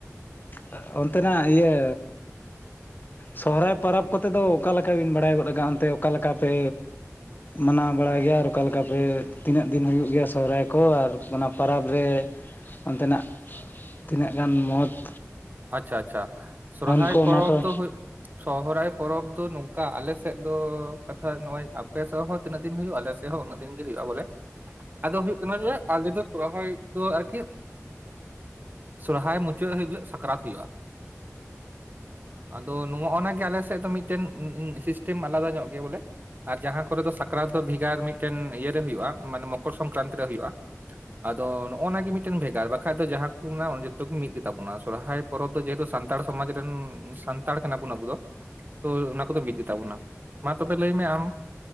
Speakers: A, on the left (about 40°); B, on the right (about 35°).
A: ᱟ ᱚᱱᱛᱮ ᱱᱟᱜ ᱤᱭᱟᱹᱼᱼ ᱥᱚᱦᱨᱟᱭ ᱯᱟᱨᱟᱵ ᱠᱚᱛᱮ ᱫᱚ ᱚᱠᱟ ᱞᱮᱠᱟ ᱵᱤᱱ ᱵᱟᱲᱟᱭ ᱜᱚᱫ ᱠᱟᱜ-ᱟ ᱚᱱᱛᱮ ᱚᱠᱟ ᱞᱮᱠᱟ ᱯᱮᱼᱼ ᱢᱟᱱᱟᱣ ᱵᱟᱲᱟᱭ ᱜᱮᱭᱟ ᱟᱨ ᱚᱠᱟ ᱞᱮᱠᱟ ᱯᱮ ᱛᱤᱱᱟᱹᱜ ᱫᱤᱱ ᱦᱩᱭᱩᱜ ᱜᱮᱭᱟ ᱥᱚᱦᱨᱟᱭ ᱠᱚ ᱟᱨ ᱚᱱᱟ ᱯᱟᱨᱟᱵᱽ ᱨᱮᱼᱼ ᱚᱱᱛᱮ ᱱᱟᱜᱼᱼ ᱛᱤᱱᱟᱹᱜ ᱜᱟᱱ ᱢᱚᱳᱛ
B: ᱟᱪᱪᱷᱟ ᱟᱪᱪᱷᱟ ᱥᱚᱨᱦᱟᱭ
A: ᱠᱚ
B: ᱯᱚᱨᱚᱵᱽ
A: ᱚᱱᱟ ᱠᱚ
B: ᱫᱚ ᱦᱩᱭᱩᱜᱼᱼ ᱥᱚᱦᱚᱨᱟᱭ ᱯᱚᱨᱚᱵᱽ ᱫᱚ ᱱᱚᱝᱠᱟ ᱟᱞᱮ ᱥᱮᱜ ᱫᱚ ᱠᱟᱛᱷᱟᱭ ᱱᱚᱜ-ᱚᱭ ᱟᱯᱮ ᱥᱮᱜ ᱦᱚᱸᱼᱼ ᱛᱤᱱᱟᱹᱜ ᱫᱤᱱ ᱦᱩᱭᱩᱜ-ᱟ ᱮᱞᱮ ᱥᱮᱜ ᱦᱚᱸ ᱩᱱᱟᱹᱜ ᱫᱤᱱ ᱜᱮ ᱦᱩᱭᱩᱜ-ᱟ ᱵᱚᱞᱮ᱾ ᱟᱫᱚ ᱦᱩᱭᱩᱜ ᱠᱟᱱᱟ ᱡᱮ ᱟᱞᱮ ᱫᱚ ᱥᱚᱦᱨᱟᱭ ᱫᱚ ᱟᱨ ᱠᱤᱜᱼᱼ ᱥᱚᱨᱦᱟᱭ ᱢᱩᱪᱟᱹᱫ ᱦᱤᱞᱟᱹᱜ ᱥᱟᱠᱨᱟᱛ ᱦᱩᱭᱩᱜ-ᱟ᱾ ᱟᱫᱚ ᱱᱚᱜ-ᱚᱱᱟ ᱜᱮ ᱟᱞᱮ ᱥᱮᱜ ᱫᱚ ᱢᱤᱫᱴᱮᱱ ᱩᱸᱻ ᱩᱸ ᱥᱤᱥᱴᱮᱢ ᱟᱞᱟᱫᱟ ᱧᱚᱜ ᱜᱮᱭᱟ ᱵᱚᱞᱮᱼᱼ ᱟᱨ ᱡᱟᱦᱟᱸ ᱠᱚᱨᱮ ᱫᱚ ᱥᱟᱠᱨᱟᱛ ᱫᱚ ᱵᱷᱮᱜᱟᱨ ᱢᱤᱫᱴᱮᱱ ᱤᱭᱟᱹᱨᱮ ᱦᱩᱭᱩᱜᱼᱟ ᱢᱟᱱᱮ ᱢᱚᱠᱚᱨ ᱥᱚᱝᱠᱨᱟᱱᱛᱤ ᱨᱮ ᱦᱩᱭᱩᱜᱼᱟ᱾ ᱟᱫᱚ ᱱᱚᱜᱼᱚ ᱱᱚᱶᱟ ᱜᱮᱤ ᱢᱤᱫᱴᱮᱱ ᱵᱷᱮᱜᱟᱨ ᱵᱟᱠᱷᱟᱡ ᱫᱚ ᱡᱟᱦᱟᱸ ᱠᱚ ᱢᱮᱱᱟᱜᱼᱟ ᱡᱚᱛᱚ ᱜᱮ ᱢᱤᱫ ᱜᱮᱛᱟᱵᱚᱱᱟ᱾ ᱥᱚᱨᱦᱟᱭ ᱯᱚᱨᱚᱵᱽ ᱫᱚ ᱡᱮᱦᱮᱛᱚ ᱥᱟᱱᱛᱟᱲ ᱥᱚᱢᱟᱡ ᱨᱮᱱ ᱥᱟᱱᱛᱟᱲ ᱠᱟᱱᱟ ᱵᱚᱱ ᱟᱵᱚ ᱫᱚ᱾ ᱛᱚ ᱚᱱᱟ ᱠᱚᱫᱚ ᱢᱤᱫ ᱜᱮ ᱛᱟᱵᱚᱱᱟ ᱢᱟ ᱛᱚᱵᱮ ᱞᱟᱹᱭ ᱢᱮ ᱟᱢ